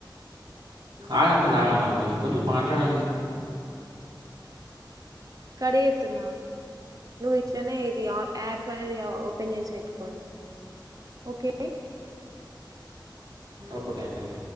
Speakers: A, on the right; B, on the right.
A: ఆగండి ఆగండి కొంచం కొంచం మాట్లాడండి
B: కడ్ చేతున అగు నువ్వు ఇట్లనే ఇది ఆ యాప్ అనేది ఓపెన్ చేసి పెట్టుకోండి ఓకే
A: ఓకే అండి